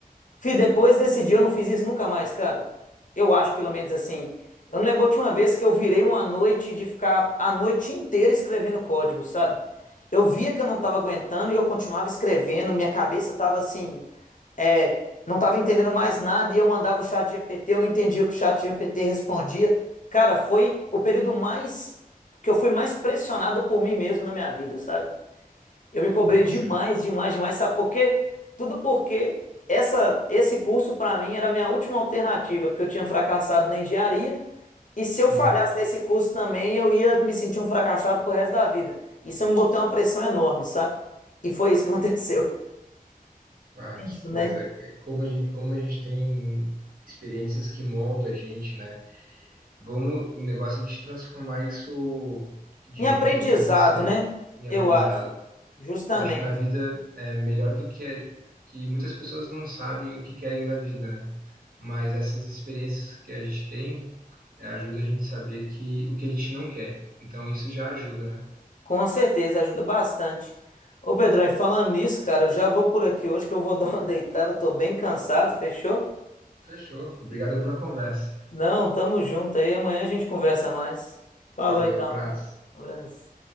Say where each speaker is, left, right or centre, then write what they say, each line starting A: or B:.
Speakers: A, on the left; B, on the right.
A: Fih, depois desse dia eu não fiz isso nunca mais, cara. Eu acho, pelo menos assim. Eu não lembro a última vez que eu virei uma noite de ficar a noite inteira escrevendo código, sabe? Eu via que eu não estava aguentando e eu continuava escrevendo, minha cabeça estava assim, é, não estava entendendo mais nada e eu mandava o chat GPT, eu não entendia o que o chat GPT respondia. Cara, foi o período mais que eu fui mais pressionado por mim mesmo na minha vida, sabe? Eu me cobrei
B: Nossa,
A: demais, demais, demais, sabe por quê? Tudo porque essa, esse curso para mim era a minha última alternativa, porque eu tinha fracassado na engenharia, e se eu falhasse
B: uhum.
A: nesse curso também, eu ia me sentir um fracassado pro resto da vida. Isso me botou uma pressão enorme, saca? E foi isso que <laughs> aconteceu.
B: Ah,
A: Penso,
B: que coisa.
A: né?
B: É Como a gente, como a gente tem experiências que moldam a gente, né? Vamos, o negócio é de transformar isso de
A: Em aprendizado,
B: ruim que aconteceu
A: né?
B: em aprendizado.
A: Eu acho, justamente.
B: Eu acho que na vida é melhor do que é, que muitas pessoas não sabem o que querem da vida, né? Mas essas experiências que a gente tem é, ajuda a gente a saber que o que a gente não quer. Então isso já ajuda, né?
A: Com certeza, ajuda bastante. Ô Pedrão, e falando nisso, cara, eu já vou por aqui hoje que eu vou <laughs> dar uma deitada, eu tô bem cansado, fechou?
B: Fechou. Obrigado pela conversa.
A: Não, tamo junto aí. Amanhã a gente conversa mais. Falou
B: Valeu,
A: então.
B: abraço.
A: Abraço.